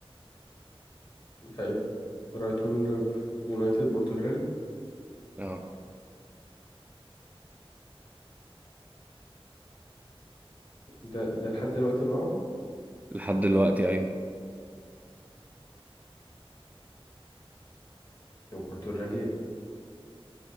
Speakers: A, on the left; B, on the right.
A: لعيب رايت وينج في يونايتد برتغالي
B: اه
A: ده ده لحد دلوقتي معاهم
B: لحد دلوقتي ايوه
A: البرتغالي